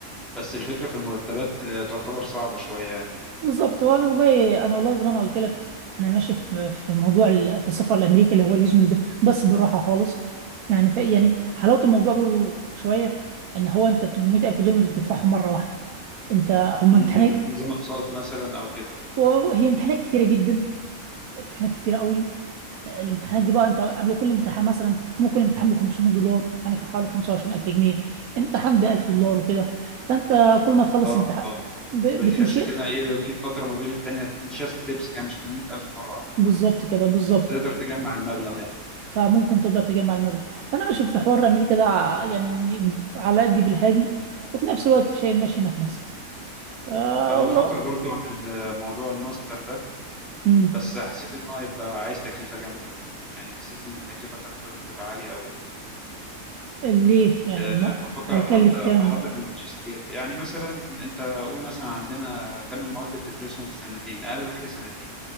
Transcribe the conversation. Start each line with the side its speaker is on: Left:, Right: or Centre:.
Centre: بس الفكرة في المرتبات آه، تعتبر صعبة شوية يعني
Right: بالظبط وانا والله انا والله زي ما انا قلت لك انا ماشي في في موضوع ال- في السفر لامريكا اللي هو اليوزمل ده بس بالراحه خالص يعني في يعني حلاوه الموضوع برضو شويه ان هو انت 800 الف دول مش بتدفعهم مره واحده انت هم
Centre: مم،
Right: امتحانات
Centre: بيبقى في نظام اقساط مثلا او كده
Right: وهي امتحانات كتيره جدا امتحانات كتيره قوي الامتحانات دي بقى انت قبل كل امتحان مثلا ممكن امتحان ب 500 دولار يعني حوالي 25000 جنيه امتحان ب 1000 دولار وكده فانت كل ما تخلص
Centre: اه
Right: امتحان
Centre: اه
Right: ب-
Centre: بتحس
Right: بتمشي
Centre: كده ايه في فترة ما بين التانية تمشيها ستيبس كده مش 800 ألف مرة واحدة
Right: بالظبط كده بالظبط
Centre: تقدر تجمع المبلغ يعني
Right: فممكن تقدر تجمع المبلغ فانا ماشي في حوار امريكا ده ع- يعني على قد بالهادي وفي نفس الوقت شايف ماشي هنا في مصر ف
Centre: انا
Right: ورا
Centre: بفكر برضو اعمل آه، موضوع الماستر ده
Right: امم
Centre: بس حسيت ان هو هيبقى عايز تكلفه جامده يعني حسيت ان التكلفه بتاعته هتبقى عاليه قوي
Right: ليه يعني
Centre: آه،
Right: الم...
Centre: بفكر
Right: هيكلف
Centre: احضر
Right: كام
Centre: احضر الماجستير يعني مثلا انت قول مثلا عندنا 8 مواد بتدرسهم في سنتين اقل حاجه سنتين